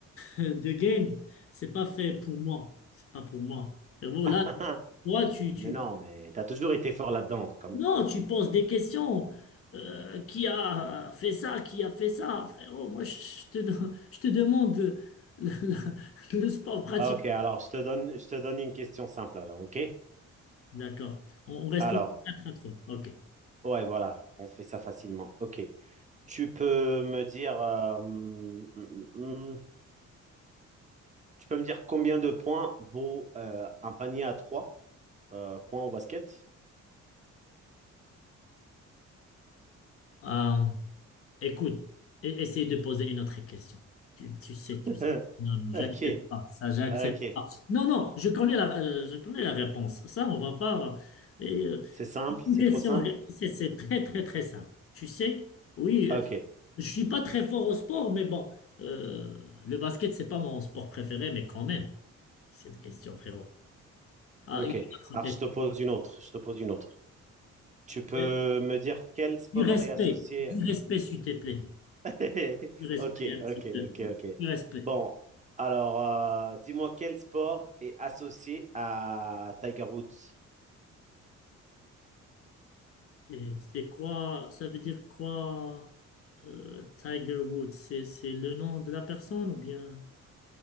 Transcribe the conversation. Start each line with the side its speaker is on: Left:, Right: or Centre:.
Left: de game, c'est pas fait pour moi. C'est pas pour moi. Frérot,
Right: <laughs>
Left: là, toi, tu, tu...
Right: Mais non, mais t'as toujours été fort là-dedans, quand même.
Left: Non, tu poses des questions. Euh, qui a fait ça? Qui a fait ça? Frérot, moi, je te, don- je te demande euh, la- la- le sport pratique.
Right: Ah, Ok, alors je te donne, je te donne une question simple, alors, ok?
Left: D'accord. On on reste
Right: Alors,
Left: toujours 4 à trois. OK.
Right: ouais, voilà, on fait ça facilement. Ok. Tu peux me dire, euh, hum, hum, hum, tu peux me dire combien de points vaut euh, un panier à trois euh, points au basket?
Left: Euh, Écoute, e- essaye de poser une autre question. Tu, tu sais, tu
Right: <laughs>
Left: sais.
Right: Hein,
Left: Non, non,
Right: Ok,
Left: j'accepte pas. Ça, j'accepte
Right: ok.
Left: pas. Non, non, je connais la, euh, je connais la réponse. Ça, on va pas. euh, et, euh,
Right: C'est simple,
Left: une
Right: c'est
Left: question,
Right: trop simple.
Left: c'est c'est très, très, très simple. Tu sais, oui,
Right: Ok,
Left: euh, je suis pas très fort au sport, mais bon, euh, le basket, c'est pas mon sport préféré, mais quand même, cette question, frérot. Ah,
Right: ok.
Left: une autre
Right: Alors,
Left: question.
Right: je te pose une autre. Je te pose une autre. Tu peux
Left: Euh,
Right: me dire quel sport
Left: du respect,
Right: est associé.
Left: du respect, s'il te plaît.
Right: <laughs>
Left: Du respect,
Right: Ok,
Left: un
Right: ok,
Left: petit peu.
Right: ok, ok.
Left: Du respect.
Right: Bon, alors, euh, dis-moi quel sport est associé à Tiger Woods?
Left: C'est c'est quoi, ça veut dire quoi, euh, Tiger Woods? C'est c'est le nom de la personne ou bien